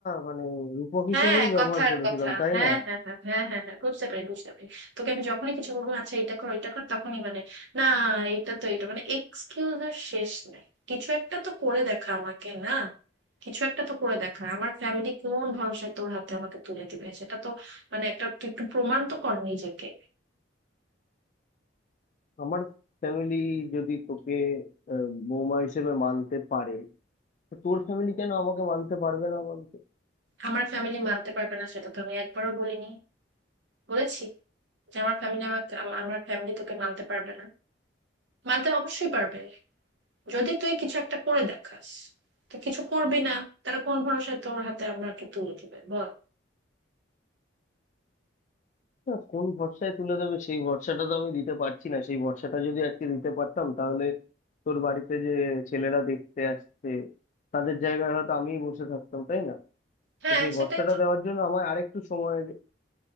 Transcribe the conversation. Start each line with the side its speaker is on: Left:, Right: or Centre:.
Left: মানে রূপক
Right: হ্যাঁ
Left: হিসেবেই ব্যবহার
Right: কথার
Left: করেছিলাম
Right: কথা
Left: তাই
Right: হ্যাঁ
Left: না
Right: হ্যাঁ হ্যাঁ হ্যাঁ হ্যাঁ হ্যাঁ বুঝতে পারি বুঝতে পারি তোকে আমি যখনই কিছু বলবো আচ্ছা এটা কর এটা কর তখনই মানে না এটা তো এটা মানে এক্সকিউজ এর শেষ নাই কিছু একটা তো করে দেখা আমাকে না কিছু একটা তো করে দেখা আমার ফ্যামিলি কোন ভরসায় তোর হাতে আমাকে তুলে দিবে সেটা তো মানে একটা তুই একটু প্রমাণ তো কর নিজেকে
Left: আমার ফ্যামিলি যদি তোকে আহ, বৌমা হিসেবে মানতে পারে তো তোর ফ্যামিলি কেন আমাকে মানতে পারবে না বলতো
Right: আমার ফ্যামিলি মানতে পারবে না সেটা তো আমি একবারও বলিনি বলেছি যে আমার ফ্যামিলি আমাকে আম- আমার ফ্যামিলি তোকে মানতে পারবে না মানতে অবশ্যই পারবে যদি তুই কিছু একটা করে দেখাস তুই কিছু করবি না তারা কোন ভরসায় তোর হাতে আমাকে তুলে দিবে বল
Left: না, কোন ভরসায় তুলে দেবে সেই ভরসাটা তো আমি দিতে পারছি না সেই ভরসাটা যদি আজকে দিতে পারতাম তাহলে তোর বাড়িতে যে ছেলেরা দেখতে আসছে তাদের জায়গায় হয়তো আমিই বসে থাকতাম তাই না
Right: হ্যাঁ
Left: তো সেই
Right: সেটাই
Left: ভরসাটা
Right: তো
Left: দেওয়ার জন্য আমায় আরেকটু সময় দে